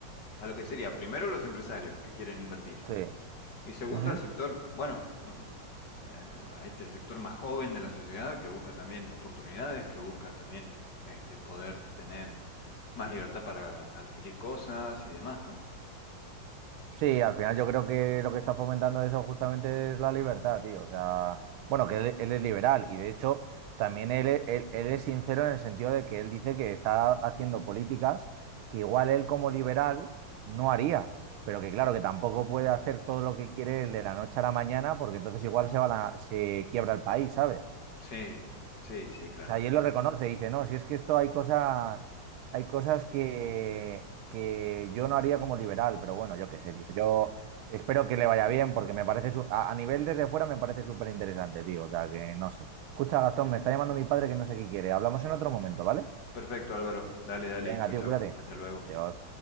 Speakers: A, on the left; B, on the right.
A: a lo que sería primero los empresarios que quieren invertir.
B: Sí.
A: Y segundo,
B: Ujú.
A: al sector, bueno, mm, eh, a este sector más joven de la sociedad que busca también oportunidades, que busca también este, poder tener más libertad para adquirir cosas y demás, ¿no?
B: Sí, al final yo creo que lo que está fomentando eso justamente es la libertad, tío. O sea, bueno, que él, él es liberal y de hecho también él, e- él- él es sincero en el sentido de que él dice que está haciendo políticas que igual él como liberal no haría, pero que claro, que tampoco puede hacer todo lo que quiere él de la noche a la mañana porque entonces igual se va la- se quiebra el país, ¿sabes?
A: Sí, sí, sí, claro.
B: O sea, y él lo reconoce, dice, no, si es que esto hay cosas, hay cosas que, que yo no haría como liberal, pero bueno, yo qué sé, tío. Yo espero que le vaya bien porque me parece, su- a, a nivel desde fuera me parece súper interesante, tío. O sea, que no sé. Escucha, Gastón, me está llamando mi padre que no sé qué quiere. Hablamos en otro momento, ¿vale?
A: Perfecto, Álvaro. Dale, dale.
B: Venga,
A: Chau,
B: tío,
A: chau.
B: cuídate.
A: Hasta luego.
B: Adiós.